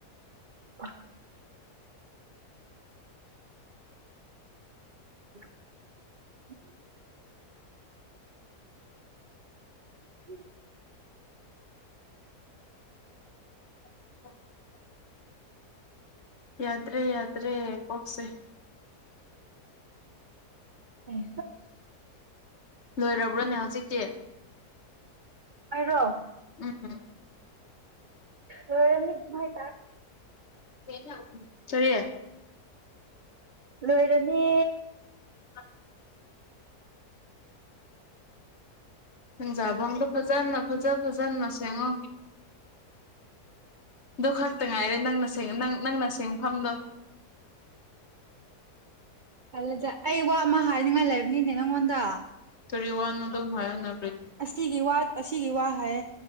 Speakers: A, on the right (about 80°); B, on the left (about 45°).
A: ꯑ <inaudible> ꯎꯝ
B: <inaudible> ꯌꯥꯗ꯭ꯔꯦ ꯌꯥꯗ꯭ꯔꯦ ꯀꯣꯛꯁꯦ
A: ꯑꯦ
B: ꯂꯣꯏꯔꯕꯔꯕ ꯄꯨ꯭ꯔꯅꯦ ꯍꯧꯖꯤꯛꯇꯤ
A: ꯑꯣꯏꯔꯣ
B: ꯎꯝ
A: ꯎ ꯍ ꯔꯅꯤ ꯃꯥꯥꯏ
B: ꯎꯝ ꯁꯔꯤ
A: ꯂꯣꯏꯔꯅꯤ
B: <unintelligible> ꯎꯝ ꯐꯖꯥꯥꯡꯗꯣ ꯐꯖꯥꯅꯅ ꯐꯖꯥ ꯐꯖ ꯆꯥꯟꯁꯦꯉ ꯑꯗꯨ ꯈꯛꯇ ꯉꯥꯏꯔꯦ ꯅꯪꯅꯪ ꯅꯪꯅ ꯁꯦꯡꯐꯝꯗꯣ
A: ꯈꯜꯂꯖ ꯑꯩ ꯋꯥ ꯑꯃ ꯍꯥꯏꯅꯤꯡꯉꯥꯏ ꯂꯩꯕꯅꯤꯅꯦ ꯅꯪꯉꯣꯟꯗ
B: ꯇ ꯋꯥꯅ ꯑꯗꯨꯣ ꯍꯥꯏꯌꯅ
A: ꯑꯁꯤꯒꯤ ꯋꯥꯠ ꯑꯁꯤꯒꯤ ꯋꯥ ꯍꯥꯏ